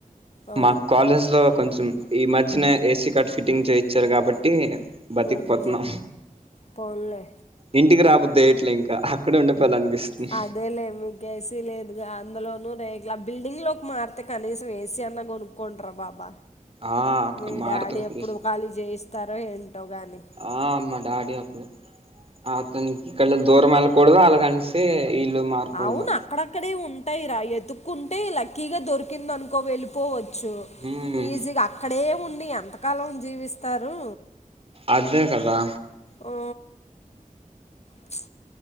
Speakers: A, on the left (about 50°); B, on the right (about 40°).
A: ఆ,
B: మాకాలేజ్ లో కొంచెం ఈ మధ్యనే ఏసీ కట్ ఫిట్టింగ్ చేయిచ్చారు కాబట్టి బతికిపోత్న్నాం.
A: మ్హూ. పోన్లే
B: ఇంటికి రాబుద్ దేట్లే ఇంకా అక్కడే ఉండిపోవాలనిపిస్తుంది
A: అదేలే మీకేసీ లేదుగా అందులోనూ అదే ఇట్ల బిల్డింగ్ లోక్మార్తె కనీసం ఏసి అన్న కొనుకొండ్రా బాబా
B: ఆ అక్క
A: మీ
B: మారుతనే
A: డాడీ
B: తీస్
A: ఎప్పుడు ఖాళీ చేయిస్తారో ఏంటో కానీ
B: ఆ మా డాడీ అక్ అతనికి ఇక్కళ్లే దూరమెల్లకుడదు అలాగనేసి వీళ్ళు మారకూడదు
A: అవున అక్కడక్కడే ఉం టయిరా ఎతుక్కుంటే లక్కీగా దొరికిందనుకో వెళ్ళిపోవచ్ చ్చు
B: మ్మ్
A: ఈజీగా అక్కడే ఉండి ఎంతకాలం జీవిస్ స్తారు.
B: అద్దే కదా
A: యూ ఉచ్